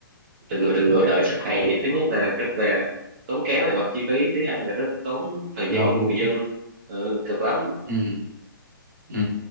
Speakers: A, on the right; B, on the right.
A: từng người từng người đợi xếp hàng thì thứ nhất là rất là tốn kém về mặt chi phí thứ hai là rất tốn thời
B: đúng
A: gian cho người dân ừ, cực lắm
B: ừ ừ